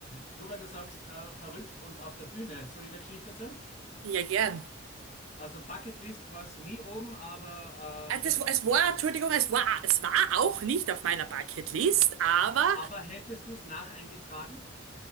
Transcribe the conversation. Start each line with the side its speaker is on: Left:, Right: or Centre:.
Left: du, weil du sagst, äh, verrückt und auf der Bühne, soll ich der Geschichte erzählen?
Right: Ja, gern.
Left: Also Bucketlist war es nie oben, aber
Right: Ah,
Left: äh,
Right: Das,
Left: ich hab,
Right: es war, Entschuldigung, es war, es war auch nicht auf meiner Bucketlist, aber
Left: aber hättest du es nacheingetragen?